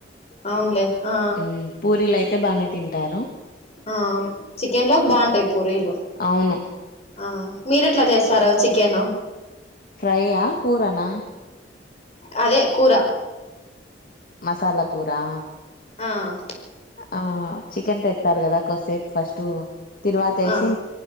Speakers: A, on the left; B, on the left.
A: అవునులే ఆ
B: ఉమ్ పూరీలు అయితే బానే తింటారు.
A: ఆ చికెన్ లోకి బావుంటాయి పూరీలో
B: అవును
A: ఆ మీరు ఎట్లా చేస్తారు చికెన్?
B: ఫ్రైయా, కూరనా?
A: అదే కూర
B: మసాలా కూరా.
A: ఆహ్.
B: ఆహ్ చికెన్ తెస్తారు కదా కొద్దిసేపు ఫస్ట్ తిరువాత వేసి.
A: ఆ